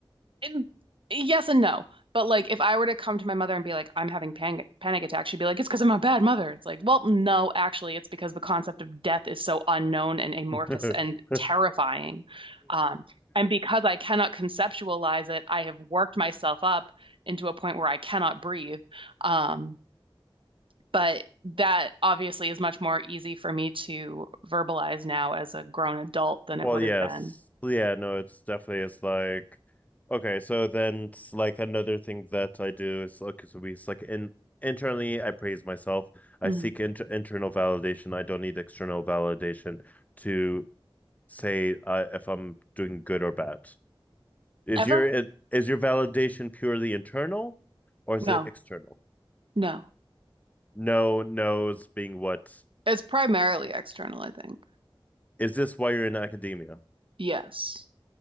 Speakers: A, on the right (about 70°); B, on the left (about 15°).
A: And yes and no. But like if I were to come to my mother and be like, I'm having panic panic attack, she'd be like, it's because I'm a bad mother. It's like, well, no, actually, it's because the concept of death is so unknown and amorphous
B: <laughs>
A: and terrifying. Um, and because I cannot conceptualize it, I have worked myself up into a point where I cannot breathe. Um, but that obviously is much more easy for me to verbalize now as a grown adult than it
B: Well,
A: would
B: yes.
A: have been.
B: Yeah, no, it's definitely it's like okay, so then it's like another thing that I do is like so we it's like in internally I praise myself. I
A: Mhm.
B: seek inter internal validation. I don't need external validation to say uh, if I'm doing good or bad. Is
A: Ever?
B: your it- is your validation purely internal or is
A: No,
B: it external?
A: no.
B: No, no's being what
A: It's primarily external, I think.
B: is this why you're in academia?
A: Yes.